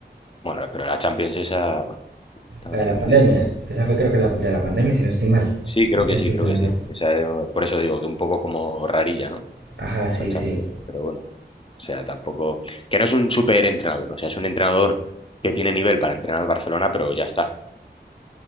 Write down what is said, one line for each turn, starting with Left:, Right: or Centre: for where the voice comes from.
Left: Bueno, pero la Champions esa, bueno, estaba
Right: La de
Left: ahí
Right: la
Left: medio...
Right: pandemia. Esa fue creo que la de la pandemia, si no estoy mal.
Left: Sí, creo
Right: La Champions
Left: que sí, creo
Right: que ganó.
Left: que sí. Esa, eh, por eso digo que un poco como rarilla, ¿no?
Right: Ajá, sí,
Left: Esa Champions,
Right: sí.
Left: pero bueno. O sea, tampoco... Que no es un superentrenador, o sea, es un entrenador que tiene nivel para entrenar al Barcelona, pero ya está.